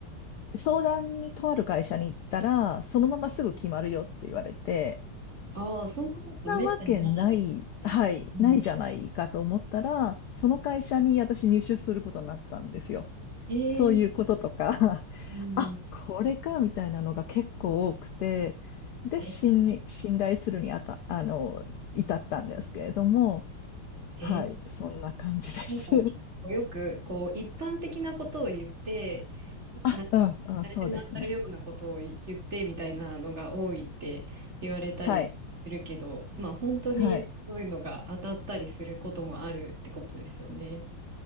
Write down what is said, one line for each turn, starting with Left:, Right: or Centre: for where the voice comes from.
Left: 相談にとある会社に行ったら、そのまますぐ決まるよって言われて、
Right: ああ、そんなことめったにないですね。
Left: なわけない、はい、
Right: うん。
Left: ないじゃないかと思ったら、その会社に私入社することになったんですよ。
Right: ええ
Left: そういうこととか、
Right: うん。
Left: <laughs> あ、これか、みたいなのが結構多くて、で、
Right: えー、
Left: 信に、信頼するにあた、あの、至ったんですけれども、
Right: えー、
Left: はい、そんな感じです。
Right: なんか結構よく、こう、一般的なことを言って、
Left: <laughs> あ、
Right: なんか、
Left: うん、
Right: 誰でも当たるようなことを言ってみたいなのが多いって言われたりするけど、
Left: うん、そうですね。はい、
Right: まあ、本当にそういうのが当たったりすることもあるってことですよね。
Left: はい。